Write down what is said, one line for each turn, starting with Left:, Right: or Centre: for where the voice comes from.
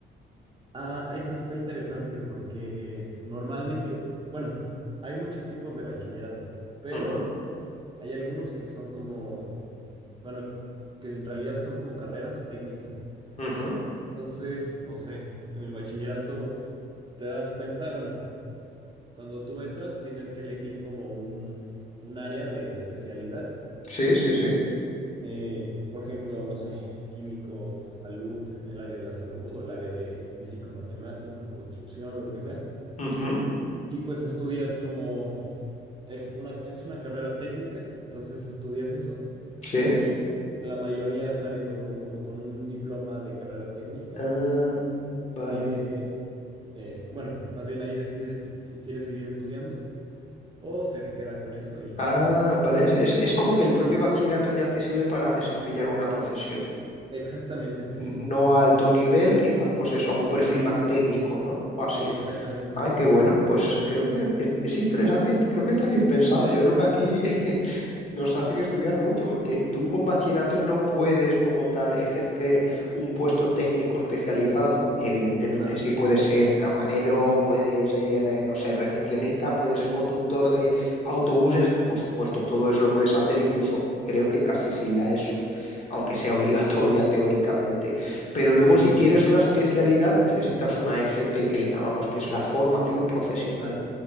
Right: Ah, esto está interesante porque eh, normalmente, bueno, hay muchos tipos de bachillerato, pero
Left: Ujú,
Right: Hay algunos que son como, bueno, que en realidad son como carreras técnicas.
Left: ujú.
Right: Entonces, no sé, en el bachillerato te das cuenta, bueno, cuando tú entras tienes que elegir como un, un área de especialidad.
Left: Sí, sí, sí.
Right: Eh, por ejemplo, no sé, químico, salud, el área de la salud o el área de físico matemático, construcción, lo que sea.
Left: Ujú,
Right: Y pues estudias como es una, es una carrera técnica, entonces estudias eso
Left: Sí.
Right: Y la mayoría sale con un- como con un diploma de carrera técnica.
Left: Ah, vale,
Right: Sigue,
Left: vale.
Right: eh, bueno, más bien ahí decide si, si quiere seguir estudiando o se queda con eso y
Left: Ah,
Right: pues
Left: vale. Es, es- es como que el propio bachillerato ya te sirve para desempeñar una profesión.
Right: exactamente, sí,
Left: No
Right: sí, sí,
Left: a alto nivel, quizás, pues eso, a un perfil más técnico, ¿no? O así.
Right: exactamente,
Left: Ay, qué
Right: sí.
Left: bueno. Pues creo que es, es interesante, y creo que está bien pensado. Yo creo que aquí <laughs> Nos hacen estudiar mucho porque tú con bachillerato no puedes como tal ejercer un puesto técnico especializado. Evidentemente
Right: Ah,
Left: sí
Right: va.
Left: puedes ser camarero, puedes ser, eh, no sé, recepcionista, puedes ser conductor de autobuses. Por supuesto, todo eso lo puedes hacer incluso creo que casi sin la ESO, aunque sea <laughs> obligatoria teóricamente. Pero luego
Right: <laughs> sí,
Left: si quieres una especialidad necesitas una FP que le llamamos, que es la formación profesional.